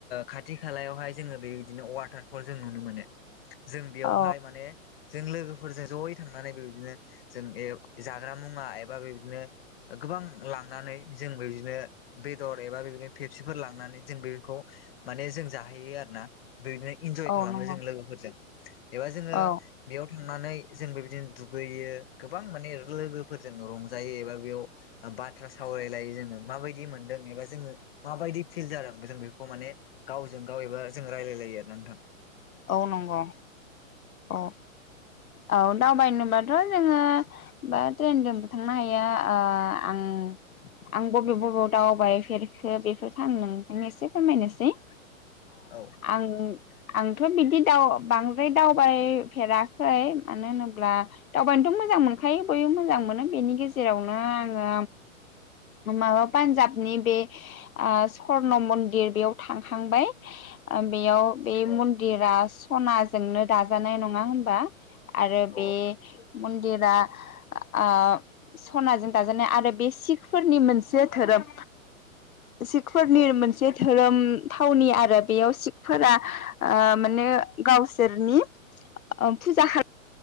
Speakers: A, on the left; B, on the left.
A: खाथि खालायावहाय जोङो बेबायदिनो वाटारफल जों नुनो मोनो। जों बेयावहाय
B: औ
A: माने जों लोगोफोरजों ज'यै थांनानै बेबायदिनो जों जाग्रा मुवा एबा बेदिनो गोबां लांनानै जों बेदिनो बेदर एबा बेदिनो फेपसिफोर लांनानै जों बेफोरखौ माने जों जाहैयो आरो ना बिदिनो इन्जय
B: औ
A: खालामो
B: नंगौ
A: जों लोगोफोरजों एबा जोङो
B: औ
A: बेयाव थांनानै जोंबो बेबादिनो दुगैयो गोबां माने लोगोफोरजों रंजायो एबा बेयाव बाथ्रा सावरायलायो जोङो माबायदि मोनदों एबा जोङो माबायदि फिल जादों जों बेखौ माने गावजों गाव एबा जों रायलाय लायो आरो ना नोंथां
B: औ नंगौ औ औ दावबायनो बाथ' जोङो बा ट्रेनजोंबो थांनो हायो आं आं बबे बबेयाव दावबायफेरखो बेफोरफोरखौ आं नोंनो एसे फोरमायनोसै ओ
A: औ
B: आं आं थ' बिदि दाव बांद्राय दावबायफेराखै मानो होनोब्ला दावबायनोथ' मोजां मोनो खायो बयबो मोजां मोनो बेनि गेजेरावनो आङो माबा पान्जाबनि बे ओ स्वर्न मन्दिर बेयाव थांखांबाय। बेयाव बे
A: औ
B: मन रा सनाजोंनो दानाय नङा हमबा आरो
A: औ
B: बे मनदिरा ओ सनाजों दाजानाय आरो बे सिखफोरनि मोनसे धोरोम
A: <inaudible>
B: सिखफोरनि
A: औ
B: मोनसे धोरोम थावनि आरो बेयाव सिखफोरा ओ माने गावसोरनि ओ फुजा खालाम